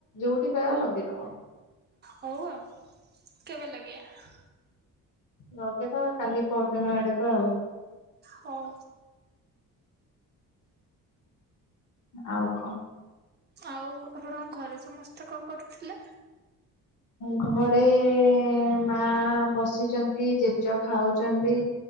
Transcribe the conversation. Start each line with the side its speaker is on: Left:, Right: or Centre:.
Left: ଯୋଉଠି ପାଇବା ଲଗେଇଦବ।
Right: ହଉ ଆଉ କେବେ ଲଗେଇବା।
Left: ଲଗେଇଦବ ଆଉ କାଲି ପଅରଦିନ ଆଡ଼ କୁ ଆଉ
Right: ହଉ।
Left: ଆଉ କଣ
Right: ଆଉ ଆପଣଙ୍କ ଘରେ ସମସ୍ତେ କଣ କରୁଥିଲେ।
Left: ଘରେ ମା ବସିଛନ୍ତି ଜେଜ ଖାଉଛନ୍ତି।